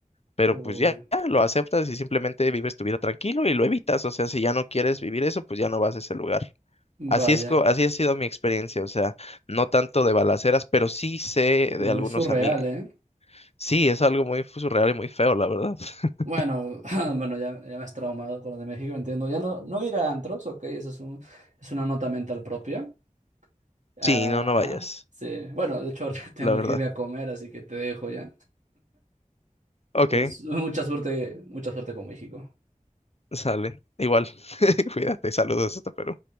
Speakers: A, on the left; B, on the right.
A: pero
B: uy,
A: pues ya, ya lo aceptas y simplemente vives tu vida tranquilo y lo evitas. O sea, si ya no quieres vivir eso, pues ya no vas a ese lugar. Así
B: vaya,
A: es, co- así ha sido mi experiencia, o sea, no tanto de balaceras, pero sí sé
B: muy
A: de algunos
B: surreal,
A: amigos.
B: ¿eh?
A: Sí, es algo muy surreal y muy feo, la verdad. <laughs>
B: Bueno, <laughs> bueno, ya, ya me has traumado con lo de México, entiendo. Ya no, no ir a antros, ok, eso es un, es una nota mental propia. Ajá,
A: Sí, no, no vayas.
B: sí. Bueno, de hecho, <laughs> ahorita tengo
A: la verdad.
B: que irme a comer, así que te dejo ya.
A: Ok,
B: Es, mucha suerte, mucha suerte con México.
A: sale. Igual, <laughs> cuídate, saludos hasta Perú.